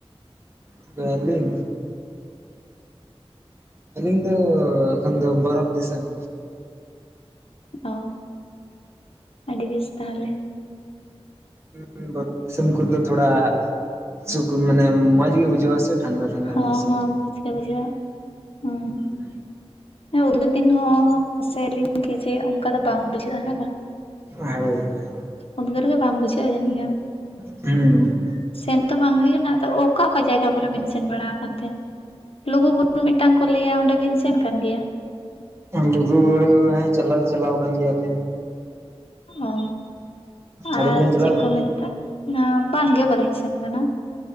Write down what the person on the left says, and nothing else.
ᱚ ᱟᱹᱰᱤ ᱵᱮᱥ ᱛᱟᱦᱚᱞᱮ᱾
ᱦᱚᱸ
ᱦᱚᱸ ᱢᱚᱡᱜᱮ ᱵᱩᱡᱷᱟᱜ-ᱟ ᱦᱩᱸ᱾
ᱦᱮ ᱩᱫᱽᱜᱟᱹᱨᱣ ᱫᱤᱱ ᱦᱚᱸ ᱯᱮᱥᱮᱜ ᱟᱞᱤᱧ ᱠᱮᱡᱮ ᱚᱱᱠᱟ ᱫᱚ ᱵᱟᱝ ᱵᱩᱡᱷᱟᱹᱜᱼᱟ ᱦᱮᱸ ᱵᱟᱝ᱾
ᱩᱫᱜᱟᱹᱨ ᱜᱮ ᱵᱟᱝ ᱵᱩᱡᱷᱟᱹᱜᱼᱟ ᱡᱟᱹᱱᱤᱡ ᱠᱷᱟᱱ᱾
ᱥᱮᱱ ᱛᱚ ᱵᱟᱝ ᱦᱩᱭ ᱠᱟᱱᱟ᱾ ᱟᱫᱚ ᱚᱠᱟ ᱚᱠᱟ ᱡᱟᱭᱜᱟ ᱠᱚᱨᱮᱵᱮᱱ ᱥᱮᱱ ᱵᱟᱲᱟ ᱟᱠᱟᱱ ᱛᱮ? ᱞᱩᱜᱩ ᱵᱩᱨᱩ ᱢᱤᱫᱴᱟᱝ ᱠᱚ ᱞᱟᱹᱭᱟ ᱚᱸᱰᱮ ᱵᱤᱱ ᱥᱮᱱ ᱠᱟᱱ ᱜᱮᱭᱟ?
ᱚ
ᱟᱨ
ᱪᱮᱫ
ᱠᱚ ᱢᱮᱛᱟᱜ ᱠᱟᱱᱟ ᱵᱟᱝᱜᱮ ᱵᱟᱹᱞᱤᱧ ᱥᱮᱱ ᱠᱟᱱᱟ᱾